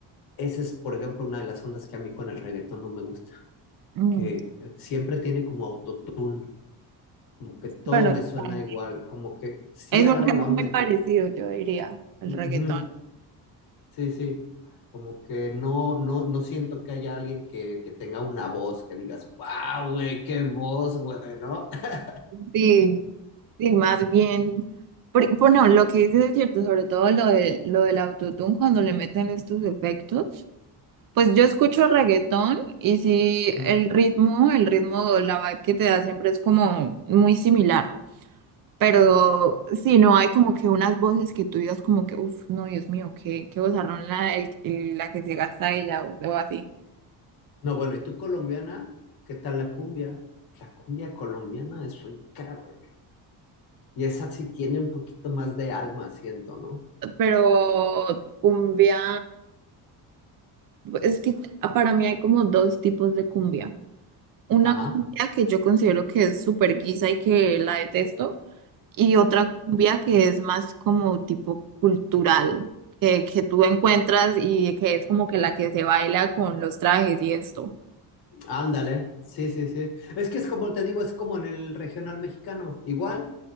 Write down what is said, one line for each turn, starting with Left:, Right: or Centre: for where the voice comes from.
Left: Esa es, por ejemplo, una de las ondas que a mí con el reggaetón no me gusta
Right: Mm.
Left: que eh, siempre tiene como autotune, como que todo
Right: Bueno,
Left: me suena
Right: también
Left: igual, como que sí
Right: es
Left: agarro
Right: un ritmo
Left: la onda
Right: muy
Left: de
Right: parecido,
Left: que,
Right: yo diría, al
Left: ujú,
Right: reggaetón.
Left: sí, sí, como que no, no, no siento que haya alguien que, que tenga una voz que digas, wow, güey, qué voz, güey, ¿no? <laughs>
Right: Sí, sí, más bien. por- Bueno, lo que dices es cierto, sobre todo lo de, lo del autotune, cuando le meten estos efectos. Pues yo escucho reggaetón y sí,
Left: Mm.
Right: el ritmo, el ritmo, la vibe que te da siempre es como muy similar, pero sí, no hay como que unas voces que tú digas como que, uff, no, Dios mío, qué, qué vozarrón la, el- el- la que se gasta ella o, o así.
Left: No, bueno, ¿y tú colombiana? ¿Qué tal la cumbia? La cumbia colombiana es rica, güey. Y esa sí tiene un poquito más de alma, siento, ¿no?
Right: Pero cumbia, es que para mí hay como dos tipos de cumbia. Una
Left: Ajá.
Right: cumbia que yo considero que es súper guisa y que la detesto. y otra cumbia que es más como tipo cultural, que, que tú encuentras y que es como que la que se baila con los trajes y esto.
Left: Ándale, sí, sí, sí. Es que es como te digo, es como en el regional mexicano, igual.